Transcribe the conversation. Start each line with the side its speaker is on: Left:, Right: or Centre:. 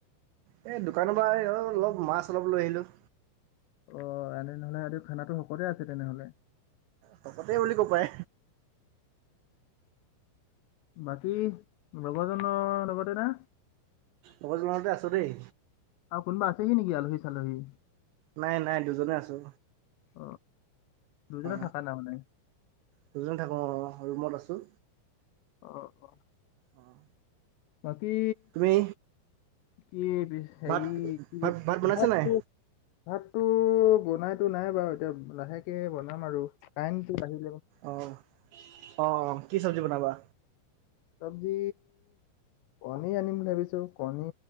Right: এ দোকানৰ পৰা আহ অলপ মাছ অলপ লৈ আহিলো
Left: অ এনেনেহলে ৰাতি খানা শকতে আছে তেনেহ'লে
Right: শকতে বুলি ক'ব পাই
Left: বাকী লগজনৰ লগতে না
Right: লগৰ জনতে আছো দেই
Left: আৰু কোনোবা আছেহি নেকি আলহী চালহী
Right: নাই নাই দুজনে আছো
Left: অ দুইজনে
Right: অ
Left: থাকা নাই মানে
Right: দুজন থাকো অ অ ৰোমত আছোঁ।
Left: আহ অ
Right: অঁ
Left: বাকী
Right: তুমি
Left: কি হেৰি
Right: ভাত
Left: কি
Right: ভাত বনাইছা
Left: ভাত
Right: নাই
Left: ভাতটো বনাই। টো নাই বাৰু এতিয়া লাহেকে বনাম আৰু কাৰেনটো লাহ
Right: আহ আহ অ কি চব্জি বনাবা?
Left: চাব্জি কণী আনিম বুলি ভাবিছো কণী